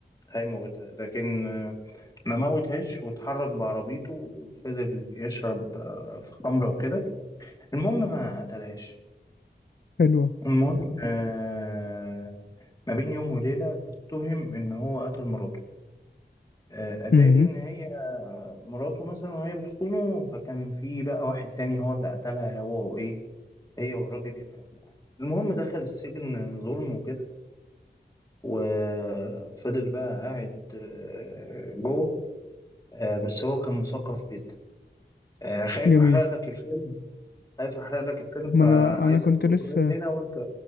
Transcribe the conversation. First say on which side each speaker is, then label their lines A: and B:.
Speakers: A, on the left; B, on the left.
A: هيموتها لكن آه، ما موتهاش واتحرك بعربيته وفضل يشرب آه، في خمرة وكده المهم ما قتلهاش
B: حلوة
A: المهم آه، ما بين يوم وليلة اتهم إن هو قتل مراته آه، أتاري
B: أمم،
A: إن هي آه، مراته مثلا وهي بتخونه فكان في بقى واحد تاني هو اللي قتلها هو وإيه هي والراجل اللي كانت معاه المهم دخل السجن ظلم وكده وفضل بقى قاعد آه، جوه آه، بس هو كان مثقف جدا آه، خايف
B: جميل
A: احرق لك الفيلم خايف احرق لك الفيلم
B: ما
A: فعايز
B: انا انا كنت
A: اسكت
B: لسه
A: لغايه هنا وانت